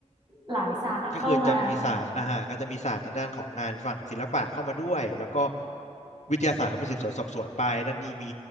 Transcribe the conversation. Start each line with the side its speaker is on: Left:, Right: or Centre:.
Right: หลายศาสตร์เข้ามา
Left: ก็คือจะมีศาสตร์อ่าฮะก็จะมีศาสตร์ทางด้านของงานฝั่งศิลปะเข้ามาด้วยแล้วก็วิทยาศาสตร์ก็เป็นสืบสวนสอบสวนไปนั่นนี่มี